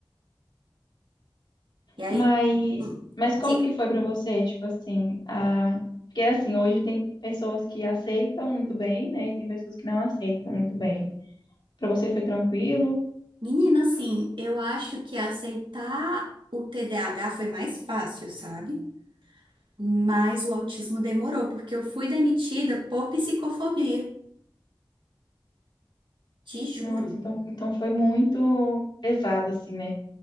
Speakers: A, on the right (about 70°); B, on the left (about 55°).
A: E aí,
B: Mas,
A: hum,
B: mas como
A: diga,
B: que foi pra você, tipo assim, a... porque assim, hoje tem pessoas que aceitam muito bem, né, e tem pessoas que não aceitam muito bem. Pra você foi tranquilo?
A: menina, assim, eu acho que aceitar o TDAH foi mais fácil, sabe? Mas o autismo demorou, porque eu fui demitida por psicofobia. Te juro.
B: Nossa, então, então foi muito pesado, assim, né,